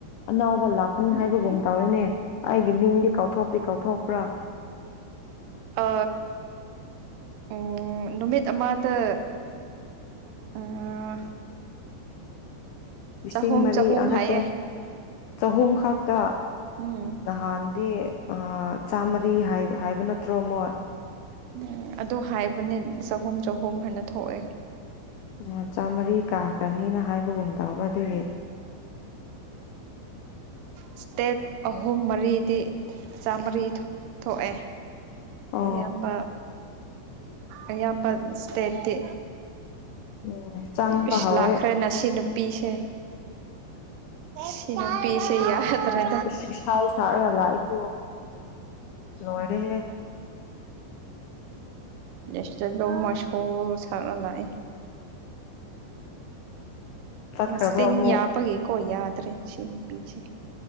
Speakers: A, on the left; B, on the right.
A: ꯑꯅꯥꯎꯕ ꯂꯥꯛꯀꯅꯤ ꯍꯥꯏꯕꯒꯨꯝ ꯇꯧꯔꯤꯅꯦ ꯑꯩꯒꯤ ꯃꯤꯡꯗꯤ ꯀꯥꯎꯊꯣꯛꯇꯤ ꯀꯥꯎꯊꯣꯛꯄ꯭ꯔꯥ
B: ꯑ ꯎꯝ ꯅꯨꯃꯤꯠ ꯑꯃꯗ ꯑꯥ
A: ꯂꯤꯁꯤꯡ
B: ꯆꯍꯨꯝ
A: ꯃꯔꯤ
B: ꯆꯍꯨꯝ
A: ꯑꯣꯠꯇꯦ
B: ꯍꯥꯏꯌꯦ
A: ꯆꯍꯨꯝ ꯈꯥꯛꯛꯇ
B: ꯎꯝ
A: ꯅꯍꯥꯟꯗꯤ ꯆꯥꯃꯔꯤ ꯍꯥꯏꯕ ꯅꯠꯇ꯭ꯔꯣ ꯃꯣ
B: ꯎꯝ ꯑꯗ ꯍꯥꯏꯕꯅꯦ ꯆꯍꯨꯝ ꯆꯍꯨꯝ ꯍꯥꯏꯅ ꯊꯣꯛꯑꯦ
A: ꯑꯣ ꯆꯥꯝꯃꯔꯤ ꯀꯥꯈ꯭ꯔꯅꯤꯅ ꯍꯥꯏꯕꯒꯨꯝ ꯇꯧꯔꯒ ꯑꯗꯨꯏꯒꯤ
B: ꯏꯁꯇꯦꯠ ꯑꯍꯨꯝ ꯃꯔꯤꯗꯤ ꯆꯥꯝꯃꯔꯤ ꯊꯣꯛꯑꯦ
A: ꯑꯣ
B: ꯑꯌꯥꯝꯕ ꯑꯌꯥꯝꯕ ꯏꯁꯇꯦꯠꯇꯤ
A: ꯎꯝ ꯆꯪꯕ
B: ꯏꯁꯁ
A: ꯍꯧꯔꯦ
B: ꯂꯥꯛꯈ꯭ꯔꯦꯅꯁꯤ ꯅꯨꯄꯤꯁꯦ ꯁꯤꯅꯤꯄꯤꯁ ꯑꯗꯨꯗ꯭ꯔ
A: ꯏꯁꯥ ꯁꯛꯔꯒ ꯂꯥꯛꯏꯈꯣ ꯂꯣꯏꯔꯦꯍꯦ
B: ꯁꯇꯗꯣ ꯃꯥꯏꯁꯨꯣ ꯁꯥꯟꯅꯥ ꯂꯥꯛꯑꯦ
A: ꯆꯠꯈ꯭ꯔꯕ꯭ꯔꯣ
B: ꯃꯆꯤꯟ
A: ꯑꯃꯨꯛ
B: ꯌꯥꯕꯒꯤꯀꯣ ꯌꯥꯗ꯭ꯔꯦ ꯁꯤ ꯅꯨꯄꯤꯁꯦ